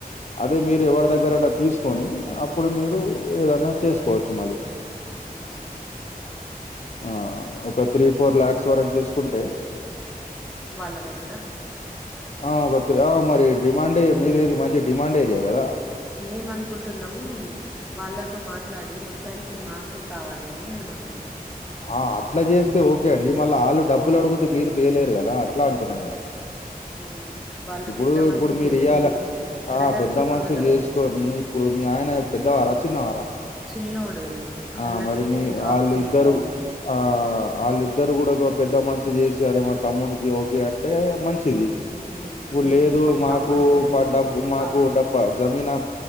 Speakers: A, on the left; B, in the centre.
A: అదే మీరు ఎవరి దగ్గర అన్న తీసు కొని అప్పుడు మీరు ఏదన్నా చేసుకోవచ్చు మళ్ళీ
B: అవును సార్
A: ఆ ఒక త్రీ ఫోర్ లాక్స్ వరకు తీసుకుంటే
B: వాళ్ళ దగ్గర
A: ఆ మరి డిమాండే మీది ఏది మంచి డిమాండ్ ఏరియా కదా
B: మేము అనుకుంటున్నాం వాళ్ళతో మాట్లాడి మొత్తానికి మాకే కావాలి అని మేము అనుకుంటున్నాం
A: ఆ అట్లా చేస్తే ఓకే అండి మళ్ళ వాళ్ళు డబ్బులు అడుగుతే మీరు తేయలేరు కదా అట్లా అంటున్నాను నేను
B: ఉమ్ వాళ్ళు
A: ఇప్పుడు
B: పెద్ద మనసు
A: ఇప్పుడు మీరియ్యాల
B: చేసి బ్రదర్
A: ఆ పెద్ద
B: చిన్నోడు
A: మనసు
B: గదా!
A: చేసుకొని ఇప్పుడు మీ ఆయన పెద్దవారా చిన్నవార
B: చిన్నోడు ఈయనే.
A: ఆ
B: ఆళ్ళకి
A: మరి
B: మంచి
A: మీ
B: జాబ్స్
A: వాళ్ళు
B: ఉన్నాయి
A: ఇద్దరు
B: వాళ్ళకి.
A: ఆ ఆళ్ళిద్దరు కూడా పెద్దమనిషి చేసి అరే మా తమ్మునికి ఓకే అంటే మంచిది
B: హ్మ్.
A: ఇప్పుడు లేదు మాకు
B: కావాలి అంటే
A: డబ్బు మాకు
B: ప్రాబ్లమ్.
A: డబ్బ జమీన్